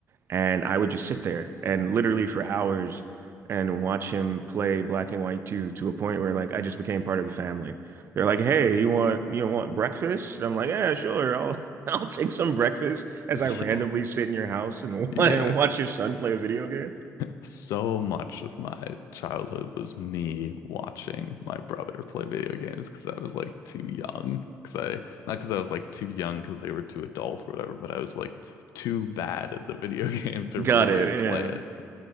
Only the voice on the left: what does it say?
Yeah.
Yeah.
So much of my childhood was me watching my brother play video games because I was like too young. Because I, not because I was like too young because they were too adult or whatever, but I was like too bad at the video <laughs> game to
really
play
it.